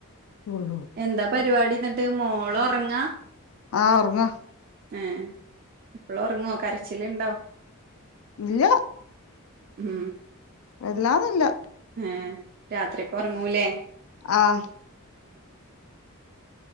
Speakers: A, on the left (about 70°); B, on the right (about 45°).
A: പോവും
B: എന്താ പരിപാടിന്നിട്ട് മോള് ഒറങ്ങാ?
A: ആഹ് ഒറങ്ങാ.
B: ഏഹ് എപ്പളും ഒറങ്ങോ കരച്ചില്ണ്ടോ.
A: ഇല്ല
B: ഉം
A: വല്ലാതില്ല.
B: ഏഹ് രാത്രിക്ക് ഒറങ്ങൂലേ
A: ആഹ്